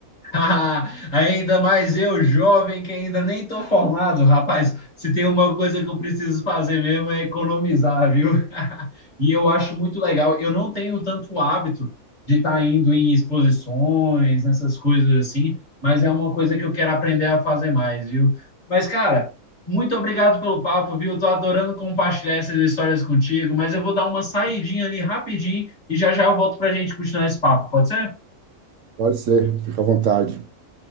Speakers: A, on the left (about 30°); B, on the right (about 65°).
A: <laughs> Ainda mais eu, jovem, que ainda nem tô formado, rapaz. Se tem uma coisa que eu preciso fazer mesmo é economizar, viu? E eu acho muito legal. Eu não tenho tanto hábito de estar indo em exposições, nessas coisas assim, mas é uma coisa que eu quero aprender a fazer mais, viu? Mas, cara, muito obrigado pelo papo, viu? Tô adorando compartilhar essas histórias contigo, mas eu vou dar uma saidinha ali rapidinho e já já eu volto pra gente continuar esse papo, pode ser?
B: Pode ser. Fica à vontade.